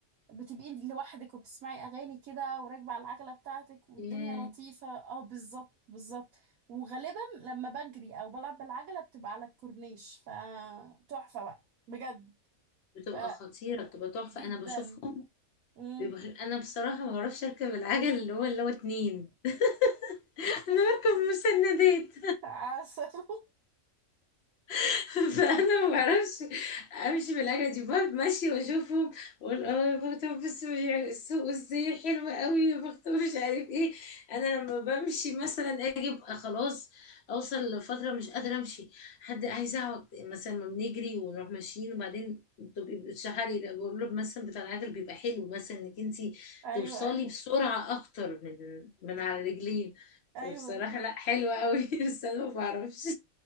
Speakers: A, on the right; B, on the left.
A: بتبقي لوحدك وبتسمعي أغاني كده وراكبة على العجلة بتاعتك والدنيا
B: ياه
A: لطيفة اه بالظبط بالظبط وغالبا لما بجري أو بلعب بالعجلة بتبقى على الكورنيش فتحفة بقى بجد
B: بتبقى
A: ف-
B: خطيرة بتبقى تحفة
A: جدا
B: انا بشوفهم
A: مم.
B: بيبقى انا بصراحة ما بعرفش اركب العجل اللي هو اللي هو اتنين <laughs>
A: <laughs>
B: انا بركب مسندات
A: عسل <laughs>
B: <laughs> فانا ما بعرفش امشي بالحاجه دي بقعد ماشيه واشوفهم واقول اه يا بختها بص السوق ازاي حلوه قوي يا بختها مش عارف ايه انا لما بمشي مثلا اجي ابقى خلاص اوصل لفتره مش قادره امشي حد هيزعق مثلا ما بنجري ونروح ماشيين وبعدين بتبقي بتشحري ده بقول له مثلا بتاع العجل بيبقى حلو مثلا انك انت
A: أيوه
B: توصلي
A: أيوه
B: بسرعه اكتر من من على رجلين فبصراحه
A: أيوه
B: لا حلوه قوي <laughs> بس انا ما بعرفش